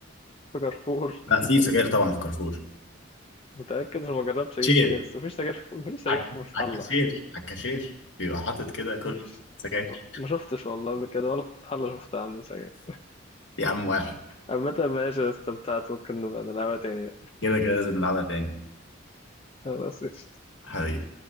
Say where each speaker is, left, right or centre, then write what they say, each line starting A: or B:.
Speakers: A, on the left; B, on the left.
A: في كارفور
B: لا
A: <laughs>
B: في سجاير طبعا في كارفور
A: متأكد انا ما جربتش
B: شير
A: اجيب سجاير بس مفيش سجاير في... مفيش سجاير
B: عك-
A: في فتح
B: عكاشير
A: الله يعني.
B: عكاشير بيبقى حاطط كده كل
A: مفيش
B: سجاير
A: ما شفتش والله قبل كده ولا في فتح الله شفت عنده سجاير
B: يا عم واحد
A: عامة ماشي استمتعت ممكن نبقى نلعبها تاني
B: كده كده لازم نلعبها تاني
A: خلاص قشطة.
B: حبيبي.